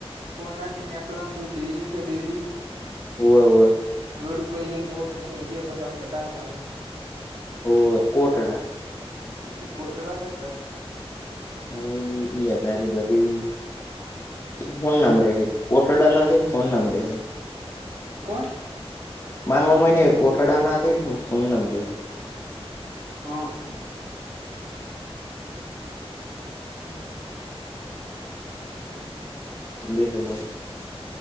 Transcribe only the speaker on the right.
ફઈ નાથી નીકળ પ ડેરી છે ડેરી.
રોડ ઉપર મોટશે બટાકાાપ.
એ કોટરા રાસ આકતર.
કોણ.
હ. હમ.